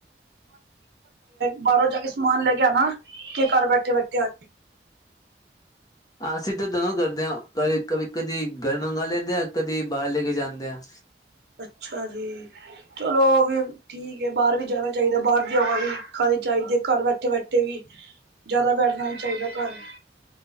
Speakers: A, on the right; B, on the left.
A: ਬਾਹਰੋਂ ਜਾ ਕੇ ਸਮਾਨ ਲੈ ਕੇ ਆਣਾ ਕਿ ਘਰ ਬੈਠੇ-ਬੈਠੇ ਆ
B: ਅਸੀਂ ਤਾਂ ਦੋਨੋਂ ਕਰਦੇ ਹਾਂ ਕ ਕਦੇ ਕਦੀ ਘਰ ਮੰਗਾ ਲੈਂਦੇ ਹਾਂ ਕਦੀ ਬਾਹਰ ਲੈ ਕੇ ਜਾਂਦੇ ਹਾਂ
A: ਅੱਛਾ ਜੀ ਚਲੋ ਵੀ ਠੀਕ ਏ ਬਾਹਰ ਵੀ ਜਾਣਾ ਚਾਹੀਦਾ ਬਾਹਰ ਜਾਵਾਂ ਵੀ ਖਾਣੀ ਚਾਹੀਦੀ ਹੈ ਘਰ ਬੈਠੇ-ਬੈਠੇ ਵੀ ਜ਼ਿਆਦਾ ਬੈਠਣਾ ਨਹੀਂ ਚਾਹੀਦਾ ਘਰ